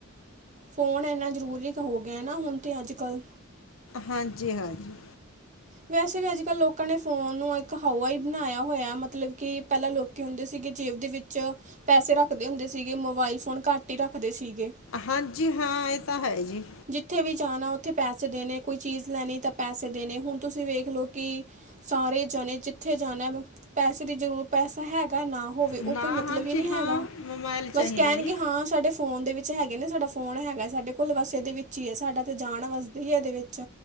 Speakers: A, on the right; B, on the left.
A: ਫੋਨ ਇੰਹਣਾ ਜ਼ਰੂਰੀ ਹੋਗਿਆ ਨਾ, ਹੁਣ ਤੇ ਅੱਜ-ਕੱਲ।
B: ਹਾਂਜੀ-ਹਾਂਜੀ।
A: ਵੈਸੇ ਵੀ ਅੱਜ-ਕੱਲ ਲੋਕਾਂ ਨੇ ਫ਼ੋਨ ਨੂੰ ਇੱਕ ਹਾਵਾ ਹੀ ਬਣਾਇਆ ਹੋਇਆ ਮਤਲਬ ਕਿ, ਪਹਿਲਾਂ ਲੋਕ ਹੁੰਦੇ ਸੀਗੇ ਜੇਬ ਦੇ ਵਿੱਚ, ਪੈਸੇ ਰੱਖਦੇ ਹੁੰਦੇ ਸੀਗੇ। ਮੋਬਾਇਲ ਫੋਨ ਘੱਟ ਹੀ ਰੱਖਦੇ ਸੀਗੇ।
B: ਹਾਂਜੀ, ਹਾ, ਇਹ ਤਾਂ ਹੈ ਜੀ।
A: ਜਿੱਥੇ ਵੀ ਜਾਣਾ ਉੱਥੇ ਪੈਸੇ ਦੇਣੇ, ਕੋਈ ਚੀਜ਼ ਲੈਣੀ ਤਾਂ ਪੈਸੇ ਦੇਣੇ, ਹੁਣ ਤੁਸੀਂ ਵੇਖਲੋ ਕਿ ਸਾਰੇ ਜਾਣੇ, ਜਿੱਥੇ ਜਾਣਾ ਪੈਸੇ ਦੀ ਜਰੂਰ, ਪੈਸਾ ਹੈਗਾ ਨਾ। ਹੋਵੇ
B: ਨਾ
A: ਉਹ ਕੋਈ ਮਤਲਬ
B: ਹਾਂਜੀ
A: ਹੀ ਨਹੀ
B: ਹਾਂ
A: ਹੈਗਾ
B: ਮੋਬਾਇਲ ਚਾਹੀਦਾ
A: ਬਸ ਕੈਣਗੇ
B: ਜੀ
A: ਹਾਂ ਸਾਡੇ ਫੋਨ ਦੇ ਵਿੱਚ ਹੈਗੇ ਨੇ, ਸਾਡਾ ਫੋਨ ਹੈਗਾ। ਸਾਡੇ ਕੋਲ ਬਸ ਏਦੇ ਵਿੱਚ ਈ ਐ, ਸਾਡਾ ਤੇ ਜਾਣ ਵਸਦੀ ਐ ਏਦੇ ਵਿੱਚ।